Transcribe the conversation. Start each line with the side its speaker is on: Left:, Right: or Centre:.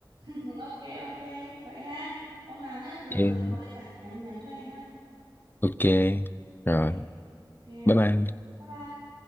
Right: Ừ, Ok ok, vậy ha. Hôm nào nhá, rồi
Left: em
Right: có gì có lịch rảnh thì nhắn nhắn cho em nhá.
Left: ok
Right: Ok,
Left: rồi
Right: ok anh.
Left: bye bye
Right: Bye bye.